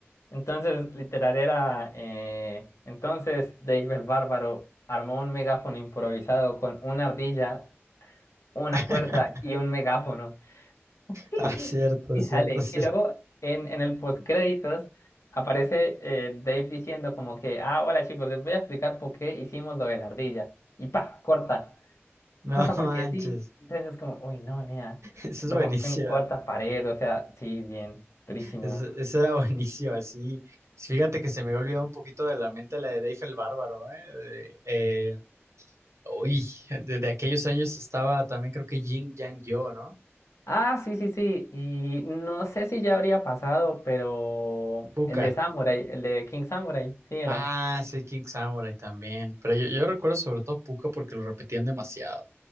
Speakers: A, on the left; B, on the right.
A: Entonces, literal era, eh, entonces Dave el Bárbaro armó un megáfono improvisado con una ardilla, una
B: <laughs>
A: cuerda y un megáfono. Sí.
B: Ah, cierto,
A: Y
B: cierto,
A: sale.
B: cierto.
A: Y luego en, en el postcréditos aparece eh, Dave diciendo como que, ah, hola chicos, les voy a explicar por qué hicimos lo de la ardilla. Y pa, corta.
B: No
A: Corta
B: <laughs>
A: porque
B: manches,
A: sí. Entonces es como, uy, no, nea.
B: eso
A: Rompen
B: es buenísimo,
A: cuarta pared, o sea, sí, bien, durísimo.
B: eso, eso era buenísimo, así. Fíjate que se me había olvidado un poquito de la mente la de Dave el Bárbaro, ¿eh? De- eh, uy, desde aquellos años estaba también creo que Jin Yang Yo, ¿no?
A: Ah, sí, sí, sí. Y no sé si ya habría pasado, pero
B: Puka.
A: el de Samurai, el de King Samurai, sí era.
B: Ah, sí, King Samurai también, pero yo, yo recuerdo sobre todo Puka porque lo repetían demasiado.